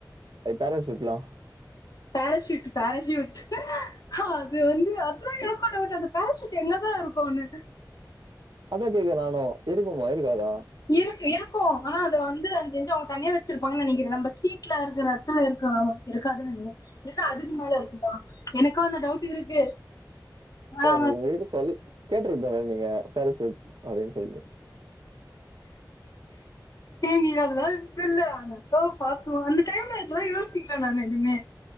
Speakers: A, on the right; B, on the left.
A: பேரஷூட்ல்லா
B: பேரஷூட் பேரஷூட் ஹா அது வந்து அதுதா எனக்கு டவுட்டு அந்த பேராஷூட் எங்கதா இருக்குன்னு
A: அதா கேக்கற நானு இருக்குமா இருக்காதா
B: இக்கு இருக்கு ஆனா அது வந்து என்கு தெரிஞ்சு அவங்க தனியா வெச்சிருப்பாங்கன் நெனைக்கிறே நம்ம சீட்ல இருக்குற எத்துல இருக்கு ஆமா இருக்காது நெனக்கிறே இல்ல அதுக்கு மேல இருக்குமா எனக்கு அந்த டவுட் இருக்கு ஆனா
A: ஆ உ உங்ககிட்ட சொல்லு கேட்டிருதே நா நெனக்கிறே பேரஷூட் அப்டின்னு சொல்ட்டு
B: நா நீ நா இருந்தாலு தெர்ல அந்த அக்காவ பா்த்தோ அந்த டைம்ல அப்பில்லா யோசிக்கல நானு எதுவுமே